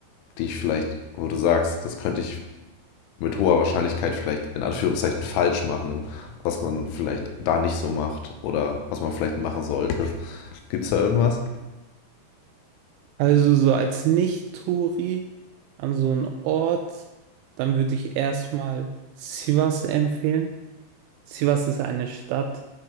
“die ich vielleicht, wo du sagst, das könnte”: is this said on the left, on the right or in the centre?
Left